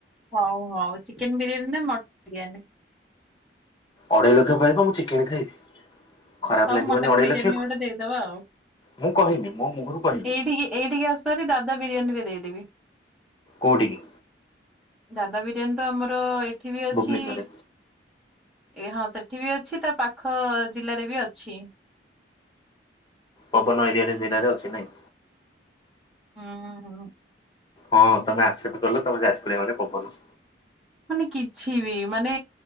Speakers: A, in the centre; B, on the left.
A: ହଉ ହଉ ଚିକେନ ବିରିୟାନୀ ନା ମଟନ୍ ବିରିୟାନୀ।
B: ଅଢେଇ ଲକ୍ଷ ପାଇବ ମୁଁ ଚିକେନ ଖାଇବି। ଖରାପ
A: ହଉ
B: ଲାଗିବନି
A: ମଟନ
B: ଅଢେଇ
A: ବିରିୟାନୀ
B: ଲକ୍ଷକୁ
A: ଗୋଟେ ଦେଇଦବା ଆଉ।
B: ମୁଁ କହିନି ମୋ ମୁହଁରୁ କହିନି।
A: ଏଇଠିକି ଏଇଠିକି ଆସ ହାରି ଦାଦା ବିରିୟାନୀରେ ଦେଇଦେବି।
B: କୋଉଠିିକି?
A: ଦାଦା ବିରିୟାନୀ ତ ଆମର ଏଠି ବି ଅଛି।
B: ଭୁବନେଶ୍ୱରରେ
A: ଏ ହଁ ସେଠି ବି ଅଛି ତା ପାଖ ଜିଲ୍ଲାରେ ବି ଅଛି।
B: ପବନ ଏରିଆରେ ଜିଲ୍ଲାରେ ଅଛି ନାଇଁ।
A: ହୁଁ ଉଁ।
B: ହଁ ତମେ ଆସେପ୍ଟ କଲ ତମେ ଯାଜପୁରିଆ ମାନେ ପବନ।
A: ମାନେ କିଛି ବି ମାନେ